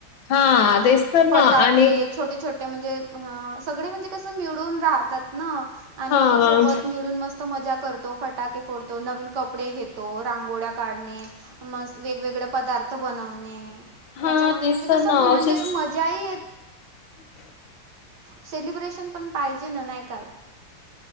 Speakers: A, on the left; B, on the right.
A: हां,
B: अ
A: तेच तर
B: फटाके
A: ना आणि
B: छोटे छोटे म्हणजे सगळे म्हणजे कस मिळून राहतात ना आणि
A: हां,
B: आपण सोबत मिळून मस्त मस्त मजा करतो, फटाके फोडतो, नवीन कपडे घेतो रांगोळ्या काढणे मस्त वेगवेगळे पदार्थ बनवणे
A: हां,
B: त्याच्यामध्ये
A: तेच
B: म्हणजे कसं
A: तर ना
B: म्हणजे
A: असेच
B: मजा ही येत
A: <inaudible>
B: सेलिब्रेशन पण पाहिजे ना, नाही का?